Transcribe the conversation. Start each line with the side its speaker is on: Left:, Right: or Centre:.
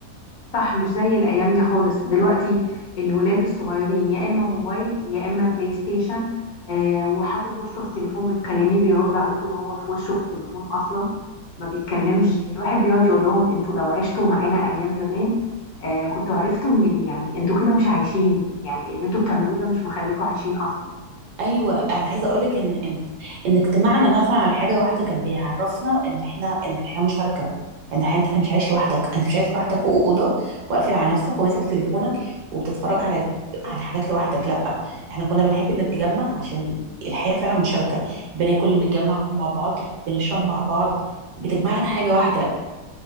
Left: صح مش زي الايام دي خالص دلوقتي الولاد الصغيرين يا اما موبايل يا اما بلاي ستيشن آه وحاطط وشه في تليفون بتكلميه بيرد عليك وهو في وشه في التليفون اصلا ما بيتكلمش
Right: إمم.
Left: الواحد بيقعد يقول لهم انتوا لو عشتوا معانا ايام زمان آه كنتوا عرفتوا ان يعني انتوا كده مش عايشين يعني اللي انتوا بتعملوه ده مش مخليكوا عايشين اصلا
Right: ايوه انا عايزه اقول لك ان ان ان اجتماعنا مثلا على حاجه واحده كان بيعرفنا ان احنا ان الحياه مشاركه ان الحياه انت مش عايش لوحدك انت مش عايش لوحدك في اوضه وقافل على نفسك وماسك تليفونك وبتتفرج على على حاجات لوحدك لا احنا كنا بنحب نتجمع عشان الحياه فعلا مشاركه بناكل نتجمع مع بعض بنشرب مع بعض بتجمعنا حاجه واحده